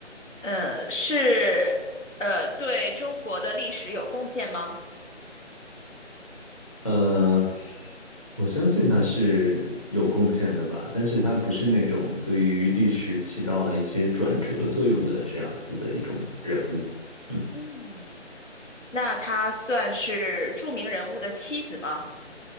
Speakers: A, on the left (about 85°); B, on the left (about 30°).
A: 呃，是呃，对中国的历史有贡献吗？
B: 呃，我相信他是有贡献的吧，但是他不是那种对于历史起到了一些转折作用的这样子的一种人物，嗯，
A: 嗯，那他算是著名人物的妻子吗？